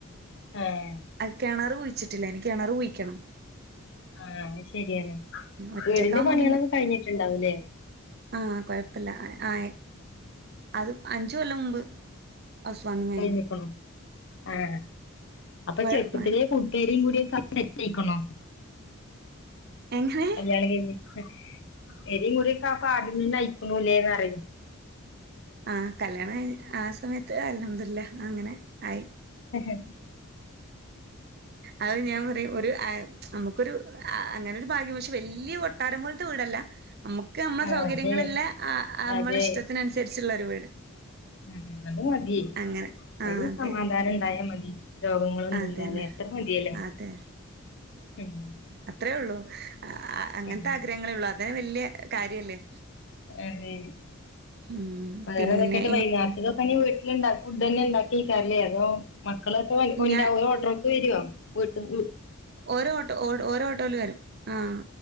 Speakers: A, on the left (about 55°); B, on the right (about 45°).
A: ഏഹ്
B: അത് കെണെറ് കുഴിച്ചിട്ടില്ലേനി കെണെറ് കുയിയ്ക്കെണം
A: ആഹ് അത് ശരിയാണ്
B: ഒറ്റക്കാവുമ്പോ
A: വീട്ന്റെ പണ്യേളൊക്കെ
B: പിന്നെ
A: കഴിഞ്ഞിട്ട്ണ്ടാവും ലേ
B: ആഹ് കൊയപ്പല്ല ആഹ് അത് അഞ്ച് കൊല്ലം മുമ്പ് ഹൗസ് വാമിംഗ് കഴിഞ്ഞ്
A: കഴിഞ്ഞിക്ക്ണു. ആഹ് അപ്പ
B: കുഴപ്പമാണ്
A: ചെറുപ്പത്തിലേ കു പെരിം കുടിം ഒക്കായി സെറ്റായ്ക്ക്ണോ?
B: എങ്ങനെ
A: കല്യാണം കഴിഞ്ഞ്ട്ട്. പെരിം കുടിയൊക്കെ അപ്പാദ്യം തന്നെ ആയിക്കുണു ല്ലേ ന്ന് പറ്യേ.
B: ആഹ് കല്യാണം കഴിഞ്ഞ് ആ സമയത്ത് അൽഹംദുലില്ലാ അങ്ങനെ ആയി.
A: കഴിഞ്ഞു
B: അത് ഞാൻ പറയും ഒരു അ അമ്മക്ക്‌ ഒരു അങ്ങനെ ഒരു ഭാഗ്യം പക്ഷെ വെല്യ കൊട്ടാരം പോലത്തെ വീടല്ല അമ്മ ക്ക് അമ്മള
A: ആഹ്
B: സൗകര്യങ്ങളില്ലെ
A: അതെ
B: അ അമ്മള
A: അതെ
B: ഇഷ്ടത്തിന് അനുസരിച്ചുള്ള ഒരു വീട്.
A: ഉം ഉം അത് മതിയേ
B: അങ്ങനെ
A: അയിൽ
B: ആഹ് അതെ
A: സമാധാനണ്ടായാ മതി. രോഗങ്ങള് ഒന്നും
B: അതന്നെ
A: ഇല്ലാതെ എത്ര മതിയല്ലോ
B: അതെ
A: ഉം
B: അത്രേ ഒള്ളൂ അങ്ങൻത്തെ
A: ഉം
B: ആഗ്രഹങ്ങളേ ഒള്ളൂ അതെന്നെ വെല്യ കാര്യല്ലേ.
A: അതെ
B: ഉം
A: വേറെ
B: പിന്നെ
A: എന്തൊക്കെ ഇഞ്ട്ട് വൈന്നേരത്ത്ക്കൊക്കെ ഇഞ്ഞ് വീട്ടിലിണ്ടാക്കും ഫുഡെന്നെ ഇണ്ടാക്കേക്കാരല്ലേ അതോ. മക്കള് ഒക്കെ വൽ കൊണ്ട്രാ
B: ഞാൻ
A: ഓല് ഓട്ടോക്ക് വെരോ വീട്ട് വീ
B: ഓരോ ഓട്ടോ ഓ ഓരോ ഓട്ടോല് വെരും ആഹ്